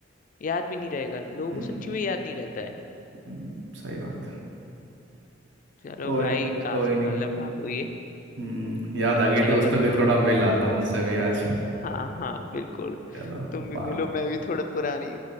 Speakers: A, on the left (about 40°); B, on the right (about 60°).
A: याद भी नहीं रहेगा लोगों
B: हम्म
A: को सच्ची में याद नहीं रहता है
B: हम्म, सही बात है
A: चलो
B: कोई
A: भाई काफी
B: कोई नहीं
A: मतलब बात हुई है
B: हम्म याद
A: अच्छा
B: आ गई
A: लगा
B: दोस्तों
A: तुमसे
B: के थोड़ा मिल आता हूँ उनसे भी आज
A: हाँ हाँ बिल्कुल
B: चलो
A: तुम भी
B: बा
A: मिलो मैं भी थोड़ा पुरानी